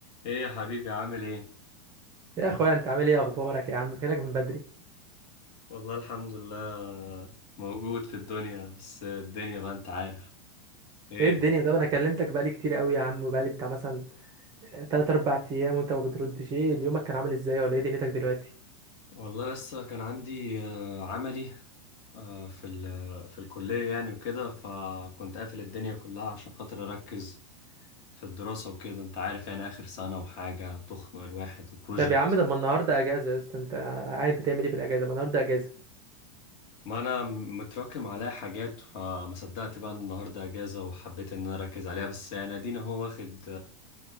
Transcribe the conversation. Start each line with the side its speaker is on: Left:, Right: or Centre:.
Left: ايه يا حبيبي عامل ايه
Right: يا اخويا انت عامل ايه اخبارك يا عم فينك من بدري
Left: والله الحمد لله موجود في الدنيا بس الدنيا بقى انت عارف ايه
Right: ايه الدنيا طب انا كلمتك بقالي كتير قوي يا عم بقالي بتاع مثلا 3 4 ايام وانت ما بتردش ايه اليومك كان عامل ازاي ولا ايه دنيتك دلوقتي
Left: والله لسه كان عندي آه، عملي آه، في ال- في الكلية يعني وكده فكنت قافل الدنيا كلها عشان خاطر اركز في الدراسة وكده انت عارف يعني اخر سنة وحاجة تخنق الواحد وبروجكت
Right: طب يا عم ده ما النهارده اجازه يا اسطى انت قاعد بتعمل ايه في الاجازه ما النهارده اجازه
Left: ما انا متراكم عليا حاجات فما صدقت بقى إن النهارده اجازة وحبيت ان انا اركز عليها بس يعني ادينا هو واخد